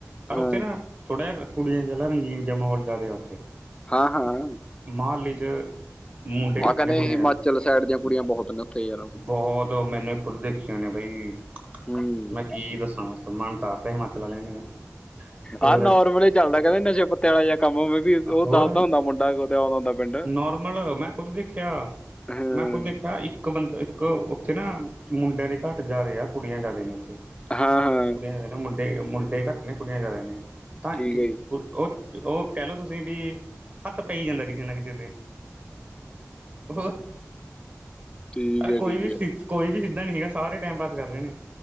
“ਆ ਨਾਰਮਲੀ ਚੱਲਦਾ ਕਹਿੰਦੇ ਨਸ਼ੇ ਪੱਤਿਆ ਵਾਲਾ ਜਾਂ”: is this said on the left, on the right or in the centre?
Left